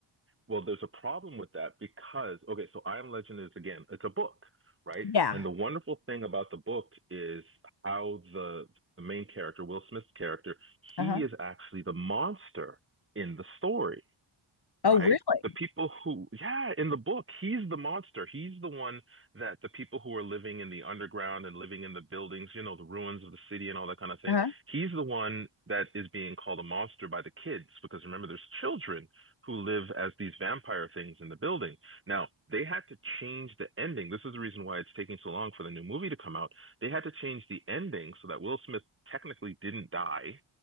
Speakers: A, on the right (about 25°); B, on the left (about 50°).
A: Well, there's a problem with that because, okay, so I Am Legend is again, it's a book, right?
B: Yeah.
A: And the wonderful thing about the book is how the, the main character, Will Smith's character, he
B: Uh-huh.
A: is actually the monster in the story.
B: Oh,
A: right?
B: really?
A: The people who, yeah, in the book, he's the monster. He's the one that the people who are living in the underground and living in the buildings, you know, the ruins of the city and all that kind of thing.
B: Uh-huh.
A: He's the one that is being called a monster by the kids because remember, there's children who live as these vampire things in the building. Now, they had to change the ending. This is the reason why it's taking so long for the new movie to come out. They had to change the ending so that Will Smith technically didn't die